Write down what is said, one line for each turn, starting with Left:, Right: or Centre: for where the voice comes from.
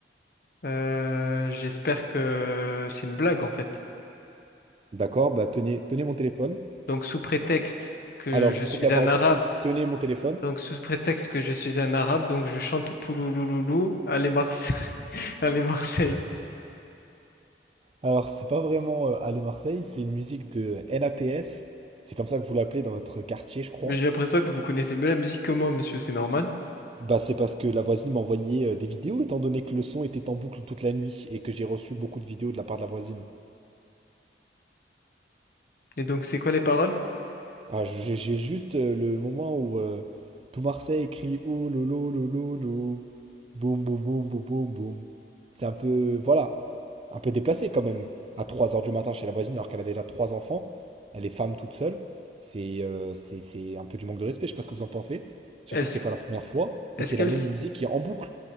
Left: Euh, j'espère que c'est une blague en fait.
Right: D'accord, bah tenez, tenez mon téléphone.
Left: Donc sous prétexte que
Right: Alors je
Left: je
Right: vous
Left: suis
Right: coupe la parole
Left: un arabe,
Right: tout de suite. Tenez mon téléphone.
Left: donc sous prétexte que je suis un arabe, donc je chante Pouloulouloulou, allez Marseille, <laughs> allez Marseille.
Right: Alors, c'est pas vraiment euh, Aller Marseille, c'est une musique de NAPS. C'est comme ça que vous l'appelez dans votre quartier, je crois.
Left: Mais j'ai l'impression que vous connaissez mieux la musique que moi, monsieur, c'est normal.
Right: Bah, c'est parce que la voisine m'a envoyé euh, des vidéos, étant donné que le son était en boucle toute la nuit et que j'ai reçu beaucoup de vidéos de la part de la voisine.
Left: Et donc c'est quoi les paroles?
Right: Ah, j'ai j'ai juste euh, le moment où euh, tout Marseille crie Oh lolo lolo lolo. Boum boum boum boum boum boum. C'est un peu, voilà, un peu déplacé quand même. À trois heures du matin chez la voisine alors qu'elle a déjà trois enfants. Elle est femme toute seule. C'est euh, c'est c'est un peu du manque de respect, je sais pas ce que vous en pensez. Surtout
Left: Est-ce
Right: que c'est pas la première fois.
Left: est-ce
Right: Et c'est
Left: qu'elle
Right: la même
Left: s-
Right: musique qui est en boucle.